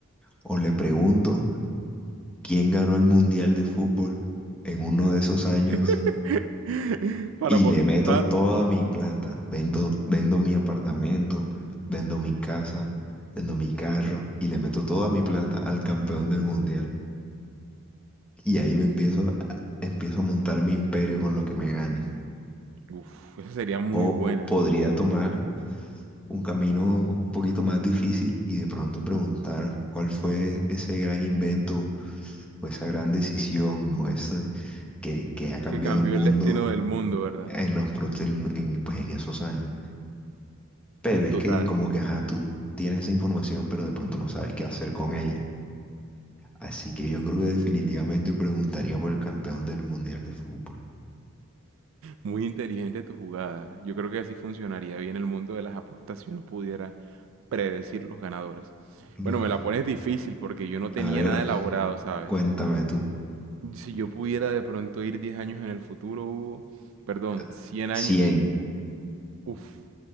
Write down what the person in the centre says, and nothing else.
O le pregunto quién ganó el Mundial de Fútbol en uno de esos años
Y
le meto toda mi plata. Vendo, vendo mi apartamento, vendo mi casa, vendo mi carro y le meto toda mi plata al campeón del mundial. Y ahí me empiezo, a- empiezo a montar mi imperio con lo que me gane.
O
podría tomar un camino un poquito más difícil y de pronto preguntar cuál fue ese gran invento o esa gran decisión o ese que, que ha cambiado
el mundo
en los, pro- en, en, pues, en esos años. Pero es
que como que, ajá, tú tienes esa información, pero de pronto no sabes qué hacer con ella. Así que yo creo que definitivamente preguntaría por el campeón del Mundial de Fútbol.
Claro.
A ver,
cuéntame tú.
Eh,
100.